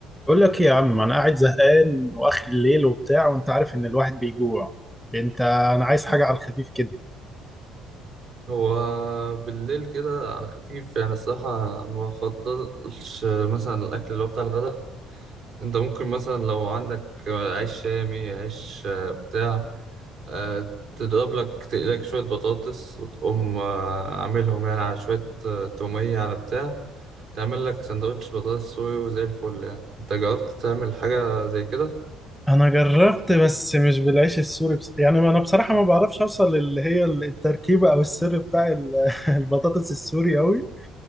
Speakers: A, in the centre; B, on the right (about 65°).
A: بقول لك إيه يا عم انا قاعد زهقان واخر الليل وبتاع وانت عارف ان الواحد بيجوع انت انا عايز حاجه على الخفيف كده
B: هو بالليل كده على خفيف يعني الصراحة ما بفضلش مثلا الأكل اللي هو بتاع الغدا أنت ممكن مثلا لو عندك عيش شامي عيش بتاع آه، تضرب لك تقلك شوية بطاطس وتقوم آه، عاملهم يعني على شوية آه، تومية على بتاع تعمل لك سندوتش بطاطس صويا وزي الفل يعني أنت جربت تعمل حاجة زي كده؟
A: انا جربت بس مش بالعيش السوري بس يعني ما انا بصراحه ما بعرفش اوصل اللي هي التركيبه او السر بتاع ال- <laughs> البطاطس السوري قوي